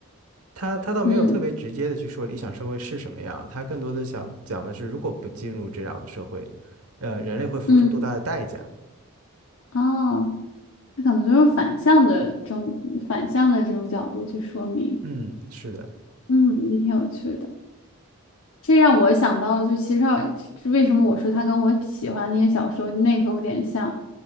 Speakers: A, on the right; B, on the left.
A: 他他倒没有特别直接的去说理想社会是什么样，
B: 嗯
A: 他更多的想讲的是，如果不进入这样的社会，呃，人类会付出多大的代价？
B: 嗯，哦，它可能就是反向的这种反向的这种角度去说明，
A: 嗯，是的，
B: 嗯，也挺有趣的。这让我想到了，就其实上为什么我说它跟我喜欢的那些小说内核有点像，